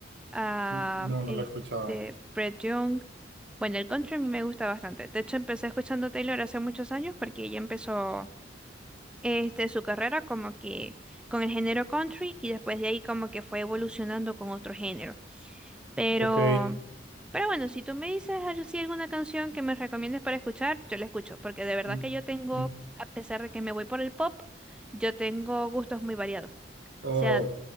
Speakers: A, in the centre; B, on the right (about 65°).
A: a
B: No, no
A: este
B: lo he escuchado.
A: Brett Young. Bueno, el country a mí me gusta bastante. De hecho, empecé escuchando Taylor hace muchos años porque ella empezó este, su carrera como que con el género country y después de ahí como que fue evolucionando con otro género. Pero,
B: Ok.
A: pero bueno, si tú me dices así alguna canción que me recomiendes para escuchar, yo la escucho, porque de verdad
B: Mm,
A: que yo tengo,
B: mm,
A: a pesar de que me voy por el pop, yo tengo gustos muy variados. O
B: Ok.
A: sea,